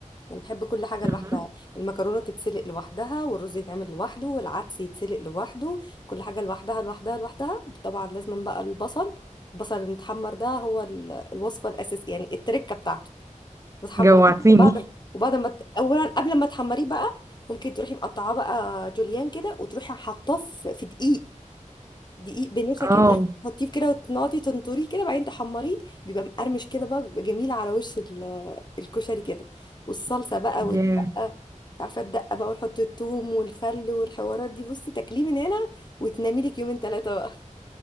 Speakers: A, on the left (about 35°); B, on the right (about 25°).
A: يعني بحب كل حاجه
B: مهم.
A: لوحدها المكرونه تتسلق لوحدها والرز يتعمل لوحده والعدس يتسلق لوحده كل حاجه لوحدها لوحدها لوحدها طبعا لازم بقى البصل البصل المتحمر ده هو ال- الوصفه الاساسيه يعني التركه بتاعته وتحمريه
B: جوعتيني
A: وبعد وبعد ما ت- اولا قبل ما تحمريه بقى ممكن تروحي مقطعاه بقى جوليان كده وتروحي حاطاه في في دقيق دقيق بنشا كده
B: اه
A: تحطيه كده وتنقعدي تنطريه كده بعدين تحمريه بيبقى مقرمش كده بقى بيبقى جميل على وش ال- الكشري كده والصلصه بقى والدقه
B: ياه.
A: انت عارفه الدقه بقى ونحط الثوم والخل والحوارات دي بصي تاكليه من هنا وتنامي لك يومين ثلاثه بقى